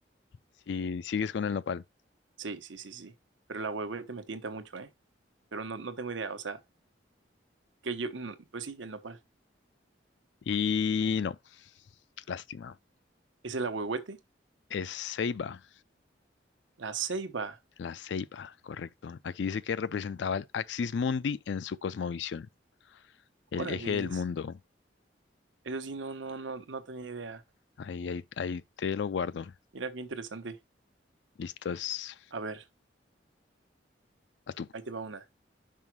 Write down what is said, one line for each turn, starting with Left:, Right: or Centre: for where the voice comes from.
Left: Si sigues con el nopal.
Right: Sí, sí, sí, sí. Pero el ahuehuete me tienta mucho, ¿eh? Pero no, no tengo idea, o sea, Que yo, no, pues sí, el nopal.
Left: Y no, lástima.
Right: Es el ahuehuete,
Left: Es ceiba,
Right: la ceiba.
Left: la ceiba, correcto. Aquí dice que representaba el Axis Mundi en su cosmovisión, el
Right: Órales.
Left: eje del mundo.
Right: Eso sí, no, no, no, no tenía idea.
Left: Ahí, ahí, ahí te lo guardo.
Right: Mira qué interesante.
Left: Listos.
Right: A ver,
Left: A tú.
Right: ahí te va una.